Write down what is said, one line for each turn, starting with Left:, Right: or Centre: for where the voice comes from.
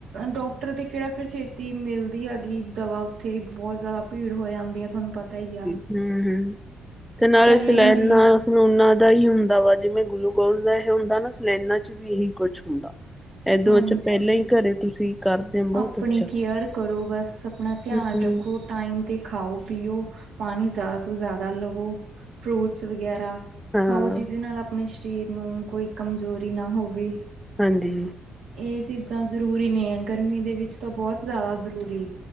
Right: ਡੋਕਟਰ ਦੀ ਕਿਹੜਾ ਫਿਰ ਛੇਤੀਂ ਮਿਲਦੀ ਹੈਗੀ ਦਵਾ ਉੱਥੇ ਬੋਤ ਜਾਦਾ ਭੀੜ ਹੋ ਜਾਂਦੀ। ਆ ਥੋਨੂੰ ਪਤਾ ਹੀ ਆ।
Centre: ਹਮ ਹਮ ਤੇ ਨਾਲੇ
Right: ਪਹਿਲਾਂ
Centre: ਸਲੈਨਾ
Right: ਹੀ ਮਰੀਜ਼
Centre: ਸਲੋਨਾ ਦਾ ਹੀ ਹੁੰਦਾ ਵਾਂ। ਜਿਵੇਂ ਗਲੂਕੋਜ ਦਾ ਇਹ ਹੁੰਦਾ ਨਾ ਸਲੈਨਾਂ ਚ ਵੀ ਇਹੀ ਕੁਛ ਹੁੰਦਾ। ਇਦੋ
Right: ਹਾਂਜੀ
Centre: ਵਿੱਚ ਪਹਿਲਾਂ ਹੀ ਘਰੇ ਤੁਸੀਂ। ਕਰਦੇ ਹੋ ਬਹੁਤ
Right: ਆਪਣੀ
Centre: ਅੱਛਾ।
Right: ਕੇਅਰ ਕਰੋ ਬਸ ਆਪਣਾ ਧਿਆਨ
Centre: ਹੂੰ
Right: ਰੱਖੋ। ਟਾਈਮ 'ਤੇ ਖਾਓ ਪੀਓ ਪਾਣੀ ਜ਼ਿਆਦਾ ਤੋਂ ਜ਼ਿਆਦਾ ਲਵੋ ਫਰੂਟਸ ਵਗੈਰਾ
Centre: ਹਾਂ
Right: ਖਾਓ ਜਿਦੇ ਨਾਲ ਆਪਣੇ ਸਰੀਰ ਨੂੰ ਕੋਈ ਕਮਜ਼ੋਰੀ ਨਾ ਹੋਵੇ।
Centre: ਹਾਂਜੀ।
Right: ਇਹ ਚੀਜ਼ਾਂ ਜ਼ਰੂਰੀ ਨੇ, ਹੈ ਗਰਮੀ ਦੇ ਵਿੱਚ ਤਾਂ ਬੋਤ ਜ਼ਿਆਦਾ ਜ਼ਰੂਰੀ